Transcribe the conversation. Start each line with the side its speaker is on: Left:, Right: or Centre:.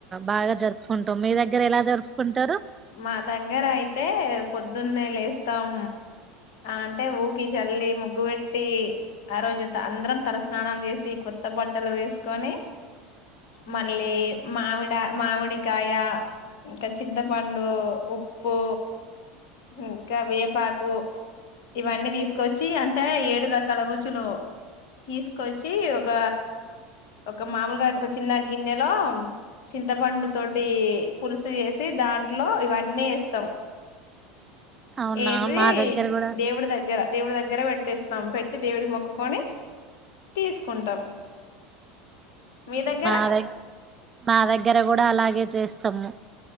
Right: బాగా జరుపుకుంటాం మీ దగ్గర ఎలా జరుపుకుంటారు
Left: మా దగ్గర అయితే పొద్దున్నే లేస్తాం అంటే ఊకిచ చల్లి ముగ్గు పెట్టి ఆ రోజు అందరం తలస్నానాలు చేసి కొత్త బట్టలు వేసుకొని మళ్ళీ మామిడ మామిడికాయ ఇంకా చింత పండు ఉప్పు ఇంకా వేపాకు ఇవన్నీ తీసుకొచ్చి అంటే ఏడు రకాల రుచులు తీసుకొచ్చి ఒక ఒక మామూలుగా ఒక చిన్న గిన్నెలో చింతపండు తోటి పులుసు చేసి దాంట్లో ఇవన్నీ వేస్తాం
Right: అవునా
Left: వేసి
Right: మా దగ్గర కూడా
Left: దేవుడి దగ్గర దేవుడి దగ్గర పెట్టేస్తాం పెట్టి దేవుడి మొక్కుకొని తీసుకుంటాం మీ దగ్గర
Right: మా దె మా దగ్గర కూడా అలాగే చేస్తాము